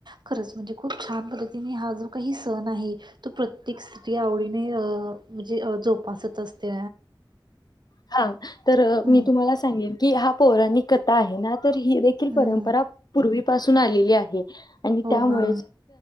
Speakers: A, on the right; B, on the left.
A: खरंच म्हणजे खूप छान पद्धतीने हा जो काही सण आहे. तू प्रत्येक स्त्री आवडीने अ म्हणजे जोपासत असते.
B: हा तर
A: हं,
B: मी तुम्हाला सांगेन की, हा पौराणिक कथा आहे ना तर ही एक
A: हं,
B: परंपरा पूर्वीपासून आलेली आहे, आणि
A: हो
B: त्यामुळेच
A: मॅम.